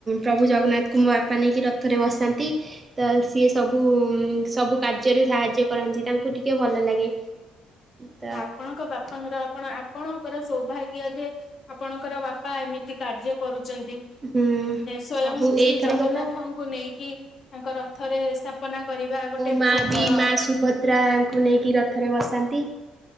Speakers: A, on the right (about 25°); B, on the left (about 45°).
A: ପ୍ରଭୁ ଜଗନ୍ନାଥଙ୍କୁ ବାପା ନେଇକି ରଥରେ ବସାନ୍ତି ତ ସିଏ ସବୁ ସବୁ କାର୍ଯ୍ୟରେ ସାହାଯ୍ୟ କରନ୍ତି ତାଙ୍କୁ ଟିକେ ଭଲ ଲାଗେ। ତ
B: ଆପଣଙ୍କ ବାପାଙ୍କର ଆପ ଆପଣଙ୍କର ସୌଭାଗ୍ୟ ଯେ ଆପଣଙ୍କର ବାପା ଏମିତି କାର୍ଯ୍ୟ କରୁଛନ୍ତି।
A: ହୁଁ
B: ସ୍ଵୟଂ
A: ସବୁ
B: ଶ୍ରୀ
A: ଏଇଥରକ
B: ଜଗନ୍ନାଥଙ୍କୁ
A: ତ
B: ନେଇକି ତାଙ୍କ ରଥରେ ସ୍ଥାପନା କରିବା ଗୋଟେ
A: ମୋ ମା
B: ବହୁତ
A: ବି
B: ବଡ
A: ମା ସୁଭଦ୍ରାଙ୍କୁ ନେଇକି ରଥରେ ବସାନ୍ତି।